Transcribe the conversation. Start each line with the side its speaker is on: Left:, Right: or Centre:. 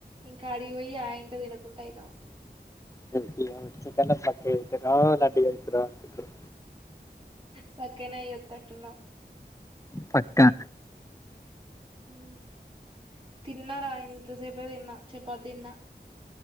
Right: ఇంకా అడిగిపోయి ఆ ఇంత తినకుంటా అయినావ్
Left: <unintelligible> కన్నా బక్కగవుతున్నావ్ లడ్డుగైతున్నావ్ అనుకుంటారు
Right: బక్కగనే అయొత్తట్టున్నావ్
Left: పక్కా
Right: మ్ తిన్నార ఇంత సేపె తిన్న చపాతి తిన్న